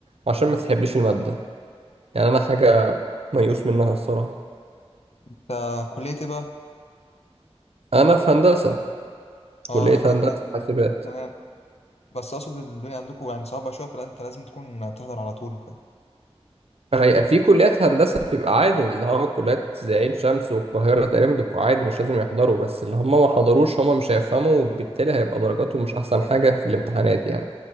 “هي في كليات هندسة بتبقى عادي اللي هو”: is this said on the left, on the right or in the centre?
Right